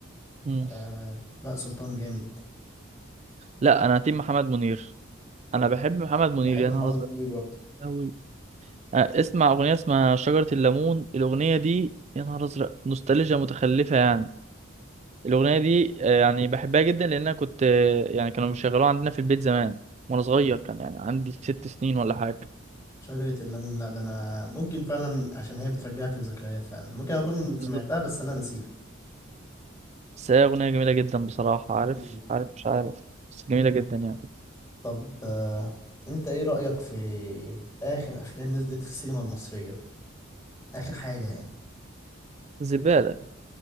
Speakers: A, on the right (about 35°); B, on the left (about 15°).
A: مم.
B: آه... بهاء سلطان جامد
A: لا انا تيم محمد منير انا بحب محمد منير
B: بحب
A: يا نهار
B: محمد
A: ازرق
B: منير برضه
A: قوي اسمع اغنيه اسمها شجره الليمون الاغنيه دي يا نهار ازرق نوستالجيا متخلفه يعني الاغنيه دي آه، يعني بحبها جدا لان انا كنت آه، يعني كانوا بيشغلوها عندنا في البيت زمان وانا صغير كان يعني عندي ست سنين ولا حاجه
B: شجرة الليمون لا ده انا ممكن فعلا عشان هي بترجعك لذكريات فعلا ممكن اكون
A: بالظبط
B: سمعتها بس انا ناسيها
A: بس هي اغنيه جميله جدا بصراحه عارف
B: مم.
A: عارف مش عارف بس جميله جدا يعني
B: طب آه، انت ايه رأيك في اخر افلام نزلت في السينما المصرية اخر حاجة يعني
A: زباله